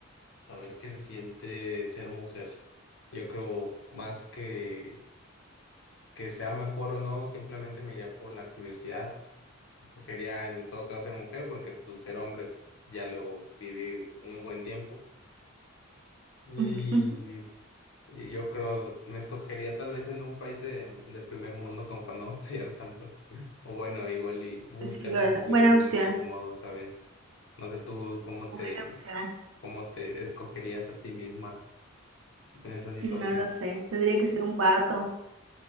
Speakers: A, on the left; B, on the right.
A: saber qué se siente ser mujer. Yo creo más que que sea mejor o no, simplemente me iría por la curiosidad. Escogería en todo caso ser mujer porque pues ser hombre pues, ya lo viví un buen tiempo. Y,
B: Ujú.
A: y yo creo, me escogería tal vez en un país de, de primer mundo como para no batallar tanto. <laughs> O bueno, igual y buscar
B: Sí, ¿verdad?
A: como vivir
B: Buena opción.
A: más cómodo, ¿sabes? No sé tú cómo
B: Buena
A: te,
B: opción.
A: cómo te escogerías a ti misma en esa situación.
B: No lo sé. Tendría que ser un vato.